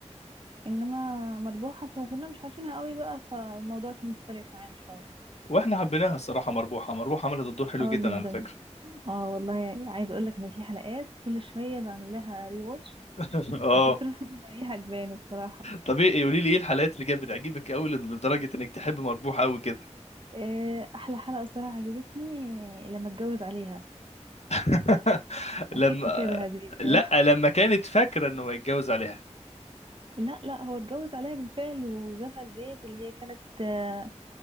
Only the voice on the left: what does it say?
واحنا حبيناها الصراحه مربوحه مربوحه عملت الدور حلو
جدا
على فكره
<laughs> اه
طب ايه قولي لي ايه الحلقات اللي كانت بتعجبك قوي لدرجه انك تحب مربوحه قوي كده
<laughs> لما
لا
لما كانت فاكره انه هيتجوز عليها